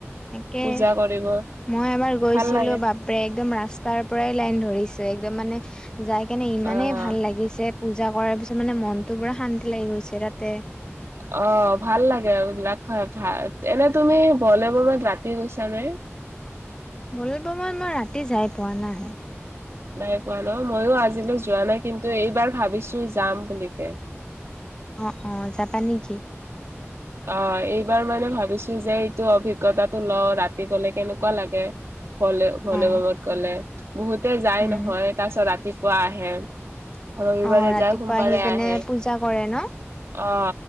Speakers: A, on the left; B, on the right.
A: তাকে
B: পূজা কৰিব।
A: মই এবাৰ গৈছিলো
B: ভাল লাগে।
A: বাপৰে একদম ৰাস্তাৰ পৰাই লাইন ধৰিছো একদম মানে। যাই কেনে ইমানেই
B: অ'
A: ভাল লাগিছে। পূজা কৰাৰ পিছত মানে মনটো পুৰা শান্তি লাগি গৈছে তাতে।
B: অ' ভাল লাগে ৰা ভা এনে তুমি বলে বমত ৰাতি গৈছা নে' <inaudible>
A: বল ব্ৰমত মই ৰাতি যাই পোৱা নাই।
B: নাই পোৱা ন? ময়ো আজিলৈ যোৱা নাই কিন্তু এইবাৰ ভাবিছো যাম বুলি কে।
A: অ অ, যাবা নেকি।
B: অ। এইবাৰ মানে ভাবিছো যে এইটো অভিজ্ঞতাটো লওঁ ৰাতি গলে কেনেকুৱা লাগে। ভলে ভলে বমত
A: অ
B: গ'লে বহুতে যাই
A: উম।
B: নহয় তাৰ পিছত ৰাতিপুৱা আহে। ৰবিবাৰে
A: অ ৰাতিপুৱা
B: যায় সোমবাৰে
A: আহি পিনে
B: আহে
A: পূজা কৰে ন?
B: অ।